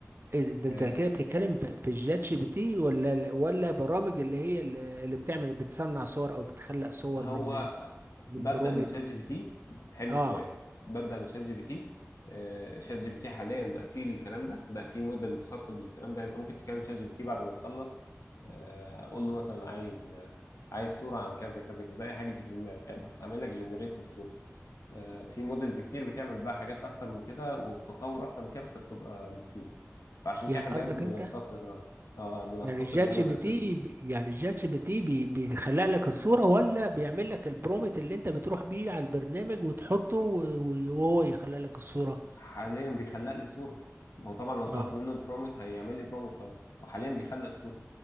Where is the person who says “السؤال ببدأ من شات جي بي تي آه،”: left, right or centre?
Left